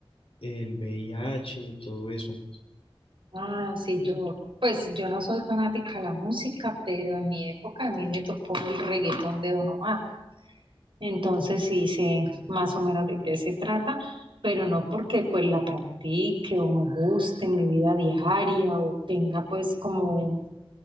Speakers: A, on the left (about 80°); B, on the right (about 60°).
A: el VIH y todo eso.
B: Ah, sí, yo, pues yo no soy fanática de la música, pero en mi época a mí me tocó el reggaetón de Don Omar. Entonces sí sé más o menos de qué se trata, pero no porque pues la practique o me guste en mi vida diaria o tenga pues como,